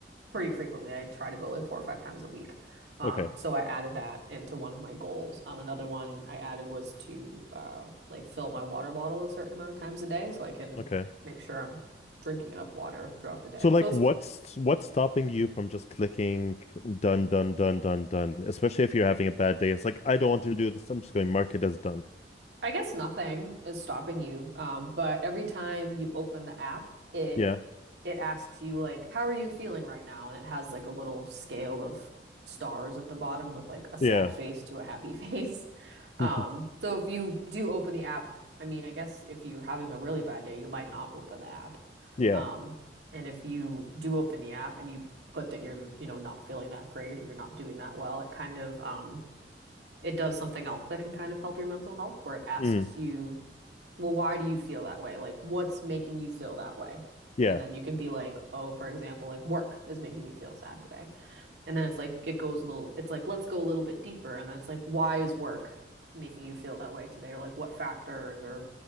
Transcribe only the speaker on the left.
Okay.
Okay.
So like
what's what's stopping you from just clicking done, done, done, done, done, especially if you're having a bad day. It's like, I don't want to do this. I'm just going to mark it as done.
Yeah.
Yeah.
<laughs>
Yeah.
Mm.
Yeah.